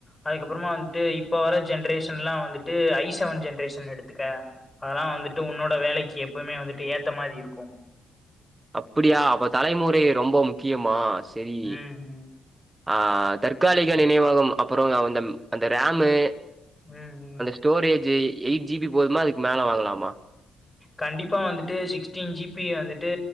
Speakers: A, on the left (about 20°); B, on the right (about 15°).
A: அதுக்கப்புறமா வந்துட்டு இப்ப வர ஜென்ரேஷன்லா வந்துட்டு ஐ செவன் ஜென்ரேஷன் எடுத்துக்க அதெல்லா வந்துட்டு உன்னோட வேலைக்கு எப்பவுமே வந்துட்டு ஏத்த மாறி இருக்கு
B: அப்படியா அப்ப தலைமுறை ரொம்ப முக்கியமா சரி
A: ம் ம்
B: ஆ தற்காலிக நினைவகம் அப்புற அந்த அந்த ரமு
A: ம் ம்
B: ஸ்டோரேஜு எயிட் ஜிபி போதுமா அதுக்கு மேல வாங்கலாமா
A: கண்டிப்பா வந்துட்டு சிக்ஸ்டீன் ஜிபி வந்துட்டு